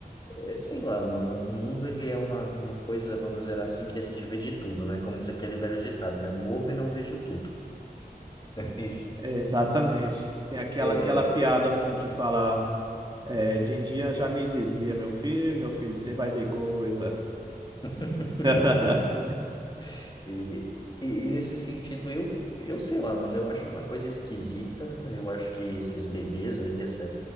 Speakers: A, on the left; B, on the right.
A: é, sei lá, mano, o mundo ele é uma, uma coisa, vamos dizer assim, que a gente vê de tudo, né? Como diz aquele velho ditado, né? Morro e não vejo tudo. <laughs> Isso.
B: É, exatamente. Tem aquela,
A: É,
B: aquela piada assim que fala, é, Dindinha já me dizia, meu filho, meu filho, você vai ver coisa.
A: <laughs>
B: <laughs>
A: E, e, e nesse sentido, eu, eu sei lá, mano, eu acho uma coisa esquisita. Eu acho que esses bebês aí, essa,